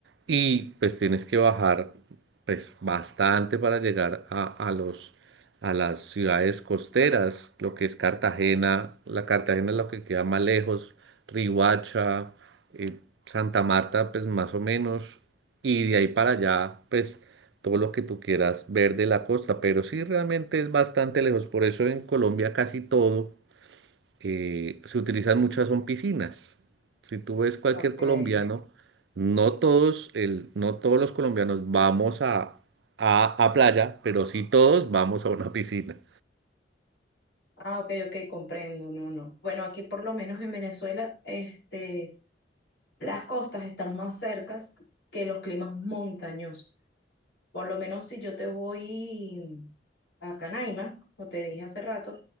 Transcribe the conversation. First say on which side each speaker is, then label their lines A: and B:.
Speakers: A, on the right; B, on the left.
A: y pues tienes que bajar pues bastante para llegar a, a los... a las ciudades costeras, lo que es Cartagena, la Cartagena es lo que queda más lejos, Rihuacha, Santa Marta, pues más o menos, y de ahí para allá, pues todo lo que tú quieras ver de la costa, pero sí realmente es bastante lejos, por eso en Colombia casi todo eh, se utilizan muchas son piscinas. Si tú ves cualquier
B: ok.
A: colombiano, no todos, el, no todos los colombianos vamos a, a, a playa, pero sí todos vamos a una <laughs> piscina.
B: Ah, ok, ok, comprendo, no, no. Bueno, aquí por lo menos en Venezuela, este... Las costas están más cercas que los climas montañosos. Por lo menos si yo te voy a Canaima, como te dije hace rato,